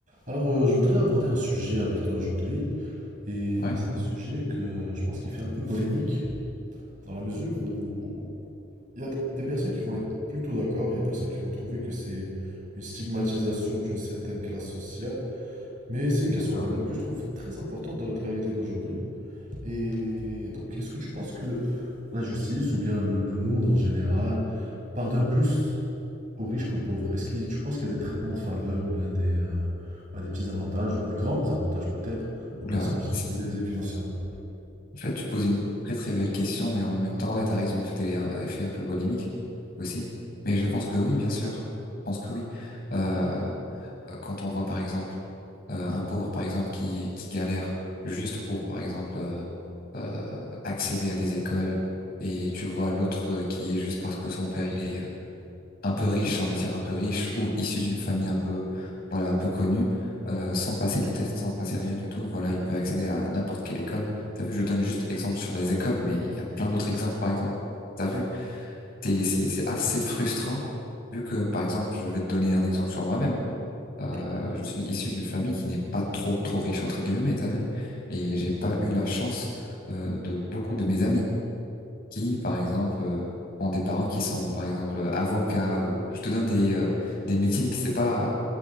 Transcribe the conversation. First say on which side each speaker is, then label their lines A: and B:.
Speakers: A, on the right; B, on the left.
A: Alors, euh, je voudrais aborder un sujet avec toi aujourd'hui, et
B: Ouais,
A: c'est un sujet que je pense qui fait un peu polémique, dans la mesure où il y a des personnes qui vont être plutôt d'accord, et des personnes qui vont trouver que c'est une stigmatisation d'une certaine classe sociale, mais c'est une
B: d'accord.
A: question quand même que je trouve très importante dans notre réalité d'aujourd'hui. Et donc, est-ce que tu penses que la justice, ou bien le, le monde en général, pardonne plus aux riches qu'aux pauvres. Est-ce que tu penses qu'il y a des traitements de faveur ou bien des, euh, bah, des petits avantages ou bien des grands avantages peut-être aux
B: Oula,
A: personnes qui sont
B: c'est-
A: plus aisées financièrement?
B: en fait, tu poses une très très belle question, mais en même temps, ouais, t'as raison. En fait, elle est, elle fait un peu polémique aussi. Mais je pense que oui, bien sûr. Je pense que oui. Euh, quand on voit, par exemple, euh, un pauvre, par exemple, qui, qui galère juste pour, par exemple, euh, euh, accéder à des écoles, et tu vois l'autre euh, qui est juste parce que son père, il est, euh, un peu riche, on va dire un peu riche, ou issu d'une famille un peu, voilà, un peu connue, euh, sans passer le test, sans passer rien du tout, voilà, il peut accéder à n'importe quelle école. T'as vu, je donne juste exemple sur les écoles, mais il y a plein d'autres exemples, par exemple. T'as vu, T'es- c'est, c'est assez frustrant, vu que, par exemple, je vais te donner un exemple sur moi-même. Euh,
A: Ouais,
B: je suis issu d'une famille qui n'est pas trop, trop riche, entre guillemets, t'as vu? Et j'ai pas eu la chance, euh, de beaucoup de mes amis qui, par exemple, euh, ont des parents qui sont, par exemple, avocats ou je te donne des, euh, des métiers qui c'est pas,